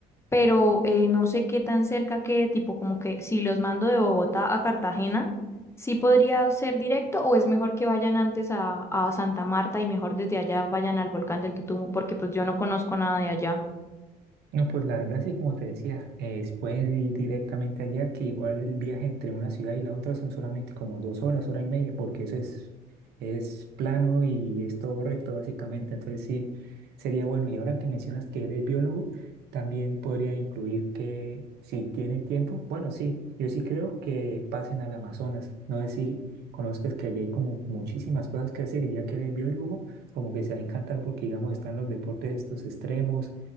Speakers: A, on the left; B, on the right.
A: pero eh, no sé qué tan cerca que, tipo, como que si los mando de Bogotá a Cartagena, sí podría ser directo o es mejor que vayan antes a, a Santa Marta y mejor desde allá vayan al volcán del Totumo, porque pues yo no conozco nada de allá.
B: No, pues la verdad sí, como te decía, eh, puedes ir directamente allá, que igual el viaje entre una ciudad y la otra son solamente como dos horas, hora y media, porque eso es, es plano y es todo recto básicamente, entonces sí, sería bueno. Y ahora que mencionas que él es biólogo, también podría incluir que si tienen tiempo, bueno, sí, yo sí creo que pasen al Amazonas, no sé si conozcas que allá hay como muchísimas cosas que hacer y ya que eres biólogo, como que se va a encantar porque digamos están los deportes estos extremos